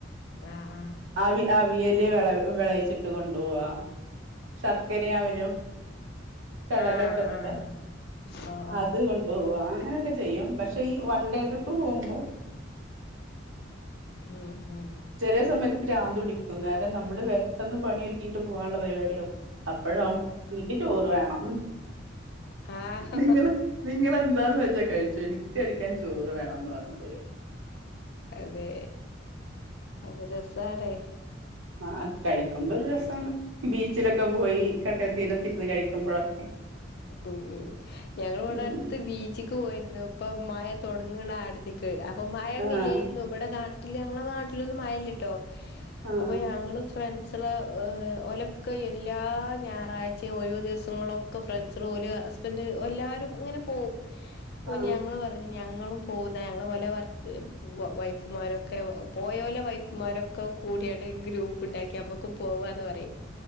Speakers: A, on the left; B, on the right.
A: ആഹ്
B: അവ അവിയല വിള വിളയിച്ചിട്ട് കൊണ്ടുപോവാ ശർക്കര ആവലും കടലൊക്കെ
A: ആഹ്
B: ഇട്ടിട്ട്
A: ആഹ് ആഹ് ഓ ഓ
B: അതുകൊണ്ട് ഓ അങ്ങനെയൊക്കെ ചെയ്യും പക്ഷെ ഈ വൺ ഡേ ട്രിപ്പ് പോകുമ്പ
A: ഉം ഉം
B: ചെല സമയത്ത് ഭ്രാന്ത് പിടിക്കും കാരണം നമ്മള് പെട്ടെന്ന് പണിയ ഒരുക്കിയിട്ട് പോകാനുള്ള പരിപാടിയാകും അപ്പഴ ഇൻക്ക് ചോറ് വേണം
A: ആഹ്
B: നിങ്ങള് നിങ്ങളെന്താന്ന് വെച്ചാ കഴിച്ചോ എനിക്ക് കഴിക്കാൻ ചോറ് വേണംന്ന് പറഞ്ഞ് വരും
A: അതെ അത് രസണേ
B: ആഹ് കഴിക്കുമ്പോ ഒരു രസണ് ബീച്ചിലൊക്കെ പോയി കട്ട തീരത്തിരുന്ന് കഴിക്കുമ്പോഴൊക്കെ
A: ഉം ഉം ഞങ്ങൾ ഉണർത്ത്
B: ഉം
A: ബീച്ചക്ക് പോയിരുന്നു ഇപ്പൊ മഴ തൊടങ്ങണ അടു ഇക്ക് അപ്പൊ മഴൊന്നില്ലേര്ന്നു
B: ആഹ്
A: വടെ നാട്ടില് ഞങ്ങളെ നാട്ടിലൊന്നും മഴ ല്ല്യട്ടോ
B: ആഹ്
A: അപ്പൊ ഞങ്ങള് ഫ്രൺ സല ഓഹ് ഒലക്ക എല്ലാ ഞായറാഴ്ച്ചേം ഒഴിവ് ദിവസങ്ങളൊ ക്ക ഫ്രണ്ട് സള ഓല് ഹസ്‌ബൻ്റ് എല്ലാരും ഇങ്ങനെ പോവും പ്പൊ
B: ആഹ്
A: ഞങ്ങള് പർ പർഞ്ഞ് ഞങ്ങളും പോവും ന്ന ഞങ്ങളെ ഓലെ വർക്ക് വ വൈഫുമാരൊക്കെ പോയോലെ വൈഫുമാരൊ ക്കെ കൂട്യാണ്ട് ഒര് ഗ്രൂപ്പ് ണ്ടാക്കി അമ്മക്കും പോവാന്ന് പറയും